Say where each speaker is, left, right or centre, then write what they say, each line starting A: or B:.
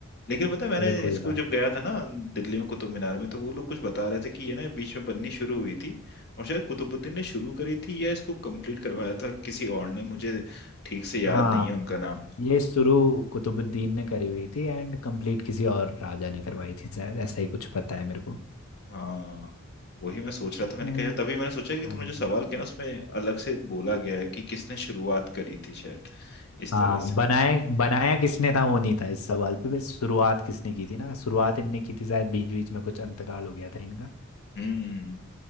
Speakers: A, on the left (about 50°); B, on the left (about 85°).
A: लेकिन पता है मैंने
B: चलो कोई
A: इसको
B: बात
A: जब गया था ना दिल्ली में कुतुब मीनार में तो वो लोग कुछ बता रहे थे कि ये ना बीच में बननी शुरू हुई थी और शायद कुतुबुद्दीन ने शुरू करी थी या इसको कंप्लीट करवाया था किसी और ने मुझे ठीक से याद
B: हाँ
A: नहीं है उनका नाम
B: ये शुरू कुतुबुद्दीन ने करी हुई थी एंड कंप्लीट किसी और राजा ने करवाई थी शायद ऐसा ही कुछ पता है मेरे को
A: हाँ वही मैं सोच रहा
B: तो,
A: था मैंने कहा यार तभी मैंने सोचा कि
B: हाँ
A: तुमने जो सवाल किया ना उसमें अलग से बोला गया है कि किसने शुरुआत करी थी शायद इस
B: हाँ
A: तरह से
B: बनाया बनाया किसने था वो नहीं था इस सवाल पे बस शुरुआत किसने की थी ना शुरुआत इनने की थी शायद बीच बीच में कुछ अंतकाल हो गया था इनका
A: हम्म